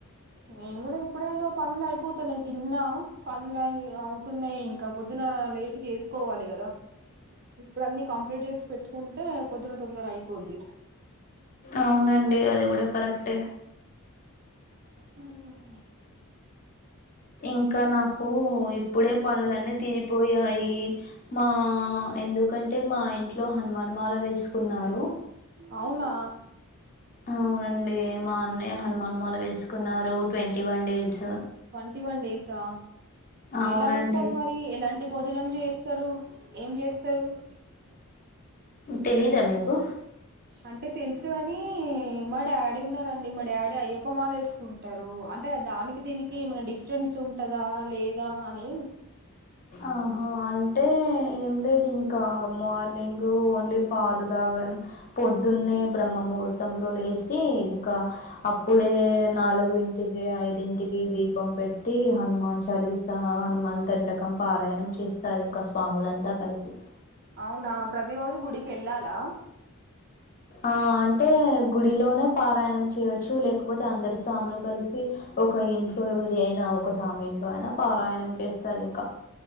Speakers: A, on the right; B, on the left.
A: నేను కూడా ఇప్పుడే పనులు అయిపోతాన్నాయి తిన్నా పనులు అయి అవుతున్నాయి ఇంకా పొద్దున లేచి చేసుకోవాలి కదా ఇప్పుడు అన్నీ కంప్లీట్ చేసి పెట్టుకుంటే పొద్దున తొందర అయిపోద్ది
B: అవునండి అది కూడా కరెక్టే
A: ఆహ
B: ఇంకా నాకు ఇప్పుడే పనులన్నీ తీరిపోయాయి మా ఎందుకంటే అంటే మా ఇంట్లో హనుమాన్ మాల వేసుకున్నారు
A: అవునా
B: అవునండి మా అన్నయ హనుమాన్ మూల వేసుకున్నారు twenty one days
A: twenty one డేసా
B: అవునండి
A: ఎలా ఉంటారు మరి ఎలాంటి బో జనం చేస్తారు ఏం చేస్తరు స్తరు
B: తెలీదా మీకు
A: అంటే తెలుసు కాని మా డాడీ ఉన్నారండి మా డాడీ అయ్యప్ప మాలు వేసుకుంటరు అంటే దానికి దీనికి ఏమైనా డిఫ రెన్స్ ఉంటదా లేదా అని
B: ఆహా అంటే ఏం లేదు ఇంకా మార్నింగ్ ఓన్లీ పాలు తాగడం పొద్దున్నే బ్రహ్మ ముహూర్తంలో లేసి ఇంకా అప్పుడే నాలుగింటికి ఐదింటికి దీపం పెట్టి హనుమాన్ చలీ సా హనుమాన్ దండకం పారాయణం చేస్తారు ఇంకా స్వాములంతా కలిసి
A: అవునా ప్రతిరోజు గుడికెల్లాలా
B: ఆ అంటే గుడిలోనే పారాయణం చేయవచ్చు లేకపోతే అందరు స్వామలు కలిసి ఒక ఒక్క ఇంట్లో ఎవరి అయినా ఒక సామి ఇంట్లో అయినా పారాయణం చేస్తారు ఇంకా